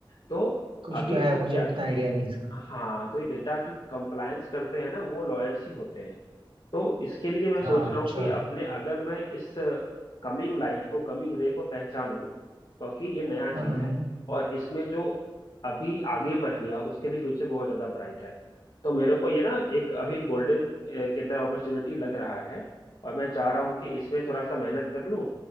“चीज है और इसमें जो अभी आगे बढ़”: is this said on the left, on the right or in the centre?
Left